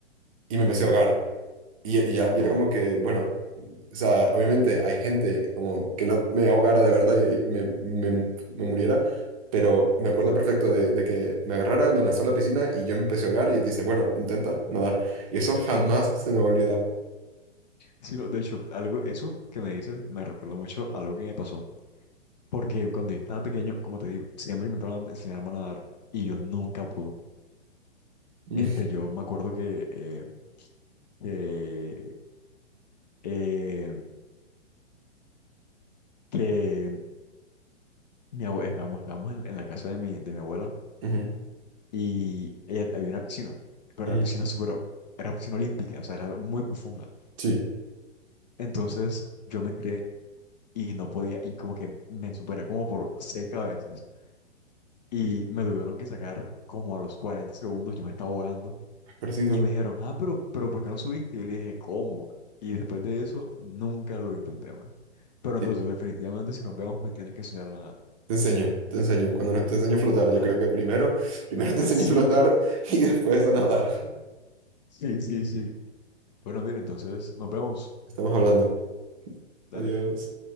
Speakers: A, on the right; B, on the left.
A: y me empecé
B: Ujú.
A: a ahogar. Y, y ya,
B: No,
A: y era como que, bueno, o sea, obviamente hay gente como que no me ahogara de verdad y me, me- me muriera, pero me acuerdo
B: claro.
A: perfecto de, de que me agarrara, me lanzó a la piscina y yo me empecé a ahogar y él dice, bueno, intenta nadar. Y eso jamás se me va a olvidar.
B: Sino, de hecho, algo, eso que me dices me recuerda mucho a algo que me pasó. Porque cuando yo estaba pequeño, como te digo, siempre intentaban enseñarme a nadar y yo nunca pude.
A: Mm,
B: Este, yo me acuerdo que, eh, que, eh, que mi abue- estábamos, estábamos en, en la casa de mi, de mi abuela
A: ujú,
B: y eh, había una piscina, pero
A: ujú.
B: era piscina súper, era piscina olímpica, o sea, era muy profunda.
A: Sí,
B: Entonces yo me tiré y no podía, y como que me superé como por seis cabezas. Y me tuvieron que sacar como a los 40 segundos, yo me estaba ahogando.
A: parecido.
B: Y me dijeron, ah, pero, pero ¿por qué no subiste? Y yo le dije, ¿cómo? Y después de eso, nunca lo intenté más. Pero
A: Te,
B: entonces, definitivamente, si nos vemos, me tienes que enseñar a nadar.
A: te enseño, te enseño. Cuando no- te enseño a flotar,
B: Dale.
A: yo creo que primero, <laughs> primero
B: <laughs>
A: te enseño
B: Sí,
A: a flotar y después a nadar.
B: sí, sí, sí. Bueno, mira, entonces, nos vemos.
A: Estamos hablando.
B: Dale.
A: Adiós.